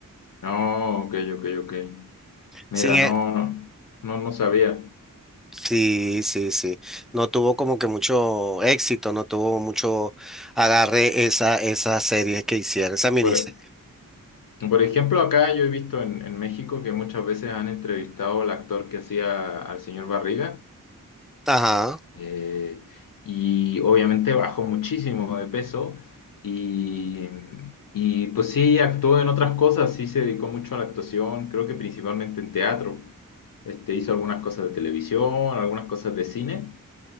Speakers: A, on the left (about 70°); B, in the centre.
A: No, ok, ok, ok. Mira,
B: Sin e-
A: no, no, no, no sabía.
B: Sí, sí, sí. No tuvo como que mucho éxito, no tuvo mucho agarre esa, esa serie que hicieron, esa miniserie.
A: Por, por ejemplo, acá yo he visto en, en México que muchas veces han entrevistado al actor que hacía al señor Barriga.
B: Ajá.
A: Eh, y obviamente bajó muchísimo de peso y, y pues sí actuó en otras cosas, sí se dedicó mucho a la actuación, creo que principalmente en teatro. Este, hizo algunas cosas de televisión, algunas cosas de cine,